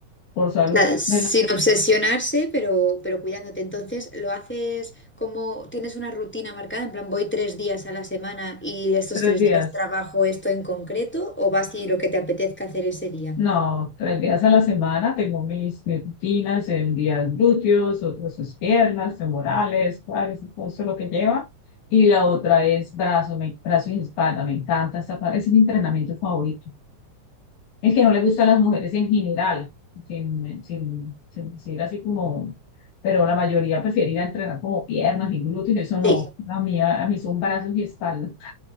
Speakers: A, on the left; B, in the centre.
A: por salud,
B: sea, sin
A: de los
B: obsesionarse, pero, pero cuidándote. Entonces, lo haces como tienes una rutina marcada, en plan, voy tres días a la semana y estos
A: tres
B: tres
A: días.
B: días trabajo esto en concreto, o vas y lo que te apetezca hacer ese día.
A: No, tres días a la semana tengo mis, mis rutinas en días glúteos, otros es piernas, femorales, cuádriceps, todo eso lo que lleva. Y la otra es brazo, me- brazo y espalda. Me encanta esa parte, es mi entrenamiento favorito. El que no le gusta a las mujeres en general, sin, sin, sin decir así como, pero la mayoría prefiere ir a entrenar como piernas y glúteos, eso no.
B: Sí.
A: A mí, a, mí son brazos y espalda.